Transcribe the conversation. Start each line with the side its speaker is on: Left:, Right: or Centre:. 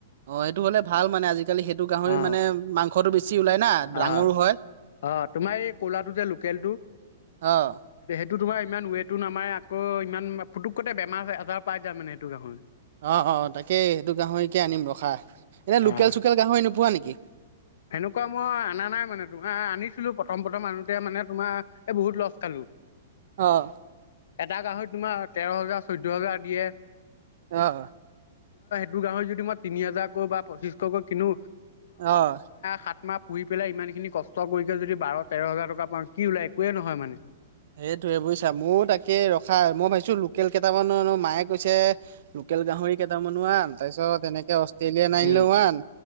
Right: অ' সেইটো মানে ভাল মানে আজিকালি সেইটো গাহৰি
Left: অ
Right: মানে মাংসটো বেছি ওলাই না ডাঙৰো
Left: অ
Right: হয়।
Left: অ তোমাৰ এই কলাটো যে লোকেলটো
Right: আহ
Left: এইটো তোমাৰ ইমান ৱেটো নামাৰে আকৌ ইমান ফুটুকতে বেমাৰ আজাৰ পাই যায় মানে সেইটো গাহৰ
Right: অ অ তাকে সেইটো গাহৰিকে আনিম ৰখা এনে লোকেল
Left: আহ
Right: চোকেল গাহৰি নোপোৱা নেকি
Left: সেনেকুৱা মই অনা নাই মানে তোমাৰ আনিছিলো প্ৰথম প্ৰথম আনোতে মানে তোমাৰ এই বহুত লছ খালো।
Right: অ
Left: এটা গাহৰি তোমাৰ তেৰ হাজাৰ চৈধ হাজাৰ দিয়ে
Right: আহ আহ
Left: ত গাহৰি যদি মই তিনি হাজাৰকৈ বা পঁচিশকৈ কিনো
Right: অ'
Left: সাত মাহ পুহি পেলাই ইমান খিনি কষ্ট কৰিকে যদি বাৰ তেৰ হাজাৰ টকা পাওঁ কি ওলাই একোৱে নহয় মানে
Right: সেইটোৱে বুজিছা ময়ো তাকে ৰখা মই ভাবিছো লোকেল কেইটামানোো মায়ে কৈছে লোকেল গাহৰি কেইটামানোমানান তাৰপিছত এনেকে অষ্ট্ৰেলিয়ান ন আনিলেও
Left: উম
Right: মান